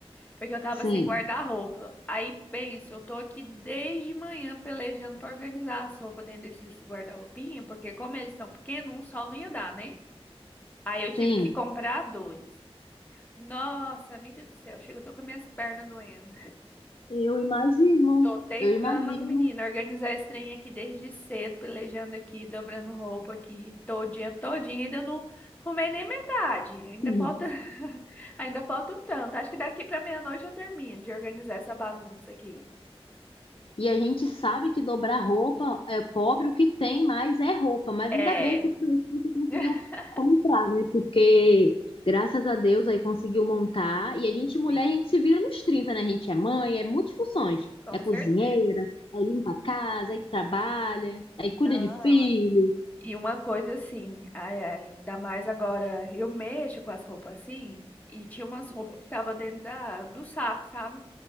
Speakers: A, on the left; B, on the left.
A: Porque eu tava
B: Sim,
A: sem guarda-roupa. Aí penso, eu tô aqui desde manhã pelejando pra organizar as roupas dentro desses guarda-roupinhas, porque como eles são pequenos, um só não ia dar, né? Aí eu tive
B: sim.
A: que comprar dois. Nossa, amiga do céu, chega, eu tô com as minhas pernas doendo.
B: Eu imagino.
A: Tô tentando,
B: Eu imagino.
A: menina, organizar esse trem aqui desde cedo, pelejando aqui, dobrando roupa aqui, todo dia, todinho, ainda não arrumei nem metade. Ainda
B: <laughs>
A: falta, <laughs> ainda falta um tanto. Acho que daqui pra meia-noite eu termino de organizar essa bagunça aqui.
B: E a gente sabe que dobrar roupa é pobre, o que tem mais é roupa, mas
A: É,
B: ainda bem eu fico feliz que você conseguiu
A: <laughs>
B: comprar, né? Porque graças a Deus aí conseguiu montar. E a gente, mulher,
A: sim,
B: a gente se vira nos trinta né? A gente é mãe, é multifunções.
A: com
B: É cozinheira,
A: certeza.
B: aí limpa a casa, aí trabalha, aí cuida
A: Não,
B: de filho.
A: amiga. e uma coisa assim, ai, ai, ainda mais agora, eu mexo com as roupas assim, e tinha umas roupas que tava dentro da, do saco, sabe?